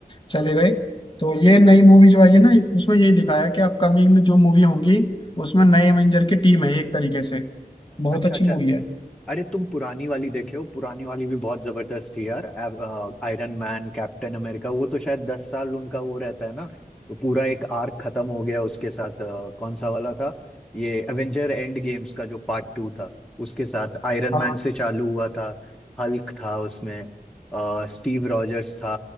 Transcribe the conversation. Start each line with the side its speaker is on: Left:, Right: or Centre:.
Left: चले गए तो ये नई मूवी जो आई है ना उसमें यही दिखाया है कि अपकमिंग जो मूवी होंगी उसमें नए एवेंजर की टीम है एक तरीके से बहुत
Centre: अच्छा
Left: अच्छी
Centre: अच्छा
Left: मूवी है
Centre: अरे तुम पुरानी वाली देखे हो पुरानी वाली भी बहुत जबरदस्त थी यार आयरन मैन कैप्टन अमेरिका वो तो शायद दस साल उनका वो रहता है ना तो पूरा एक आर्क खत्म हो गया उसके साथ अ, कौन सा वाला था ये एवेंजर एंड गेम्स का जो पार्ट टू था उसके साथ आयरन
Left: हाँ
Centre: मैन से चालू हुआ था हल्क था उसमें अ, स्टीव रॉजर्स था